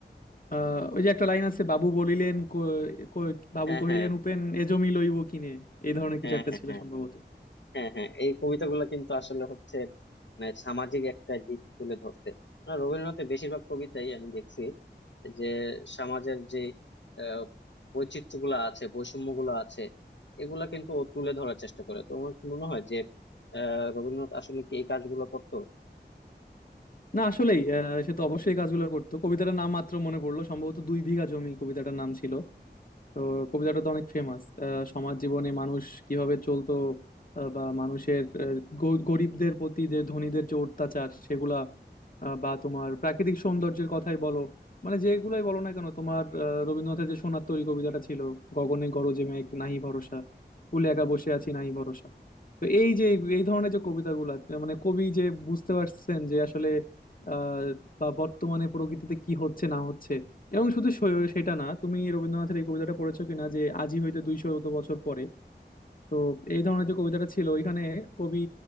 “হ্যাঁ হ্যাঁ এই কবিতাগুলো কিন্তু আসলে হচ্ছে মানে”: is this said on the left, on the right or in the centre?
Left